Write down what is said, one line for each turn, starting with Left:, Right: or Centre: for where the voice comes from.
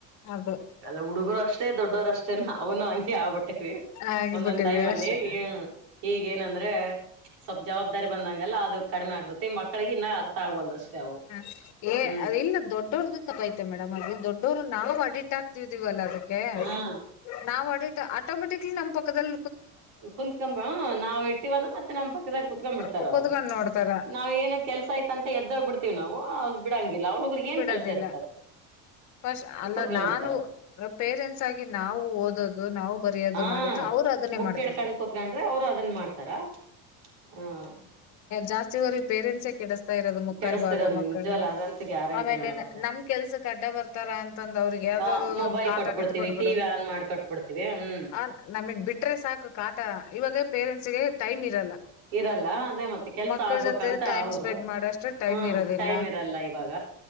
Left: ಅದು
Right: ಎಲ್ಲ ಹುಡುಗರು ಅಷ್ಟೇ ದೊಡ್ಡೋರು ಅಷ್ಟೇ ನವುನು ಅಂಕಗೆ ಆಗ್ಬೇಕು.
Left: ಆಗಿಬಿಟ್ಟಿವಿ
Right: ಒಂದೊಂದ್ ಟೈಮ್
Left: ಅಷ್ಟೆ
Right: ಅಲ್ಲಿ ಹ್ಮ ಈಗ ಏನಂದ್ರೆ ಸ್ವಲ್ಪ್ ಜವಾಬ್ದಾರಿ ಬಂದಂಗಲ್ಲ ಅದು ಕಡಿಮೆ ಆಗ್ತತಿ ಮಕ್ಕಳಿಗೆ ಇನ್ನ ಅರ್ಥ ಆಗಲ್ದ ಅಷ್ಟೇ ಅವು.
Left: ಹ ಏ
Right: ಹ್ಮ್
Left: ಅದು ಇಲ್ಲ ದೊಡ್ಡವ್ರ್ದು ತಪ್ಪ್ ಆಯ್ತು ಮೇಡಮ್ ಅದು ದೊಡ್ಡೋರು ನಾವು ಅಡ್ಡಿಕ್ಟ್ ಆಗ್ತಿದಿವಲ್ಲ ಅದಕ್ಕೆ.
Right: ಹಾ
Left: ನಾವ್ ಆಡಿಟು ಆಟೋ ಮೇಟಿಕಲಿ ನಮ್ಮ್ ಪಕ್ಕದಲ್.
Right: ಕುತ್ಕೊಂದು ನಾವ್ ಇಟ್ಟಿವಂದ ಮತ್ತೆ ನಮ್ಮ ಪಕ್ಕದಾಗ ಕುತ್ಕೊ ಬಿಡ್ತಾರ
Left: ಕುತ್ಕೊಂಡ್
Right: ಅವ್ರು
Left: ನೋಡ್ತಾರ
Right: ನಾವ್ ಏನ ಕೆಲ್ಸ ಇತ್ತಂತ ಎದ್ದಾಗ್ಬಿಡ್ತೀವಿ ನಾವು ಬಿಡಂಗಿಲ್ಲ ಅ ಹುಡಗುರುಗೆ ಏನ್
Left: ಬಿಡೋದಿಲ್ಲ
Right: ಕೆಲ್ಸ ಇರ್ತದೆ
Left: ಫಸ್ಟ್ ಅಲ್ಲ
Right: ಕೂತ್ಕೊಂಡ್ಬ
Left: ನಾನು
Right: ಬಿಡ್ತಾರ.
Left: ಪೇರೆಂಟ್ಸ್ ಆಗಿ ನಾವು ಓದೋದು. ನಾವು ಬರೆಯೋದು
Right: ಹ್ಮ್
Left: ಮಾಡಿದ್ರೆ ಅವ್ರು ಅದನ್ನೇ
Right: ಬುಕ್
Left: ಮಾಡ್ತಾರ
Right: ಹಿಡ್ಕಂಡ್ ಕುತ್ಕೊಂಡ್ರೆ ಅವರು ಅದನ್ ಮಾಡ್ತಾರ ಹ್ಮ್
Left: ಜಾಸ್ತಿವರೆಗ ಪೇರೆಂಟ್ಸೇ ಕೆಡಿಸ್ತಾ ಇರೋದು ಮುಕ್ಕಾಲ್
Right: ಕೆಡಸ್ತಾರ
Left: ಭಾಗ ಮಕ್ಕಳ
Right: ನಿಜವಲ್ಲ ಅದಂತ ಗ್ಯಾರಂಟಿ
Left: ಆಮೇಲೆ
Right: ಮೇಡಮ್ ಅದ
Left: ನಮ್ ಕೆಲ್ಸಕ್ಕೆ ಅಡ್ಡ ಬರ್ತಾರ ಅಂತಂದಂದು ಅವ್ರಿಗೆ ಯಾವ್ದ
Right: ಆ ಮೊಬೈಲ್
Left: ಒಂದು ಕಾಟನ್
Right: ಕೊಟ್ಬಿಡ್ತೀವಿ
Left: ಕೊಟ್ಬಿಡೋದು
Right: ಟಿವಿ ಆನ್ ಮಾಡ್ ಕೊಟ್ಬಿಡ್ತೀವಿ ಹ್ಮ್
Left: ಆ ನಮಗ್ ಬಿಟ್ರೆ ಸಾಕು ಕಾಟ ಇವಾಗ ಪೇರೆಂಟ್ಸ್ ಗೆ ಟೈಮ್ ಇರಲ್ಲ
Right: ಇರಲ್ಲ ಅದೇ ಮತ್ತೆ ಕೆಲ್ಸ
Left: ಮಕ್ಕಳ
Right: ಆಗ್ಬೇಕಂತ
Left: ಜೊತೆ ಟೈಮ್
Right: ಅವರು
Left: ಸ್ಪೆಂಡ್ ಮಾಡಷ್ಟು ಟೈಮ್
Right: ಹ್ಮ್
Left: ಇರೋದ
Right: ಟೈಮ್ ಇರಲ್ಲ ಇವಾಗ